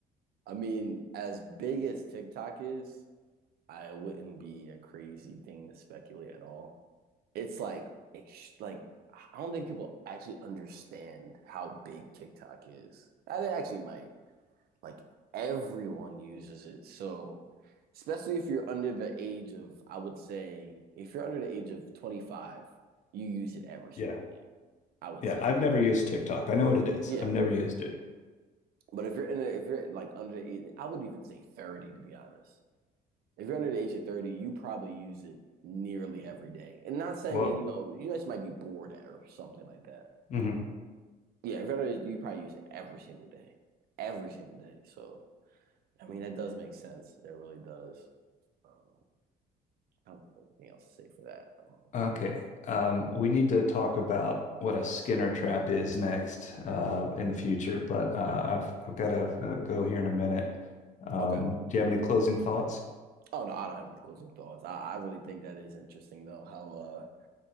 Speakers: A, on the right (about 65°); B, on the left (about 45°).
A: I mean, as big as TikTok is, I wouldn't be a crazy thing to speculate at all. It's like, ex like I don't think people actually understand how big TikTok is. Ah, They actually might. Like everyone uses it. So, especially if you're under the age of, I would say, if you're under the age of 25, you use it every single
B: Yeah,
A: day, I would
B: yeah.
A: say.
B: I've never used TikTok. I know what it is.
A: Yeah.
B: I've never used it.
A: But if you're in a, if you're like under the age, I would even say 30 to be honest. If you're under the age of 30, you probably use it nearly every day. And not saying
B: Whoa.
A: it, you know, you just might be bored or something like that.
B: hmm
A: Yeah, if you're under, you probably use it every single day. Every single day. So, I mean, that does make sense. It really does. Um, I don't have anything else to say for that. Um,
B: Okay. Um, we need to talk about what a Skinner trap is next, uh, in the future, but uh, I've I've got to uh, go here in a minute. Um,
A: okay.
B: do you have any closing thoughts?
A: Oh, no, I don't have any closing thoughts. I, I really think that is interesting, though, how uh,